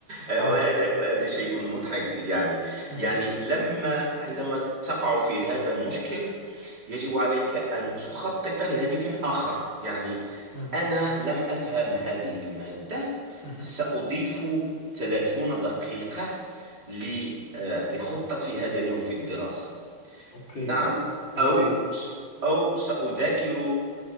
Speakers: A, on the right; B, on the left.
A: وهذا
B: اه
A: وهذا شيء مضحك يعني
B: مم.
A: يعني لما عندما تقع في هذا المشكل يجب عليك أن تخطط لهدف آخر يعني
B: مم.
A: أنا لم أفهم هذه المادة
B: مهم.
A: سأضيف 30 دقيقة ل- آه، لخطتي هذا اليوم في الدراسة
B: اوكي
A: نعم
B: اوكي
A: أو س- أو سأذاكر